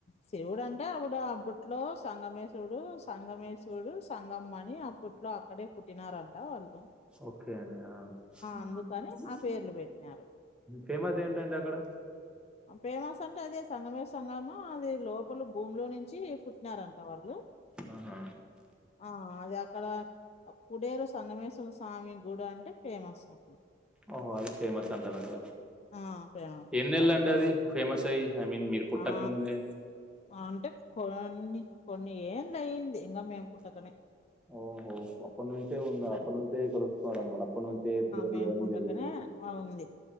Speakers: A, on the left (about 35°); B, in the centre.
A: శివుడు అంటే అప్పుడు అప్పట్లో. సంగమేశ్వరుడు సంగమేశ్వరుడు సంగమ్మని అప్పట్లో అక్కడే పుట్టినరంట వాళ్ళు.
B: ఓకే అండి ఆ
A: అందుకని ఆ పేర్లు పెట్టినారు
B: ఫేమస్ ఏంటండి అక్కడ.
A: ఫేమస్ అంటే అదే సంగమేశ్ సంగమా అది లోపల భూమిలో నుంచి పుట్టినారంట. వాళ్ళు
B: ఆహ.
A: ఆ అది అక్కడ కుడేరు సంగమేశ్వర స్వామి గుడి అంటే ఫేమస్ అన్నమాట.
B: ఓహో అది ఫేమస్ అంటారు అక్కడ.
A: ఆ. ప్రేమ సంతానం
B: ఎన్నియేళ్ళు అండి అది ఫేమస్ అయ్యి. ఐ మీన్ మీరు పుట్టక
A: ఆ
B: ముందే
A: అంటే కొన్ని కొన్ని ఏండ్లు అయింది ఇంగా. మేం పుట్టకనే.
B: ఓహో అప్పటి నుంచే ఉన్న
A: హ్మ్.
B: అప్పటి నుంచే తెలుసుకున్నారు అనమాట అప్పటి నుంచే పేరు
A: మేము
B: ఇవన్నీ
A: పుట్టకనే
B: జరుగుతుంది.
A: ఆ ఉంది.